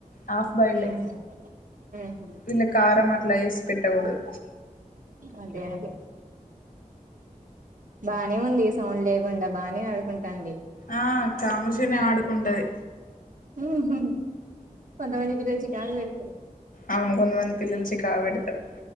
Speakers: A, on the left; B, on the right.
A: హాఫ్ బాయిల్డ్
B: ఉహు
A: ఎగ్
B: ఉహు
A: దీనిలో కారమా అ పేస్ పెట్టకూడదు.
B: అదే అదే బానే ఉంది సౌండ్ లేకుండా బానే ఆడుకుంటాంది.
A: ఆ కామశనే ఆడుకుంటది.
B: ఉహు కొంతమంది పిరల్చికి ఆగి వెడతురి
A: అవును కొంతమంది పిలల్లు చికాకు పెడతారు.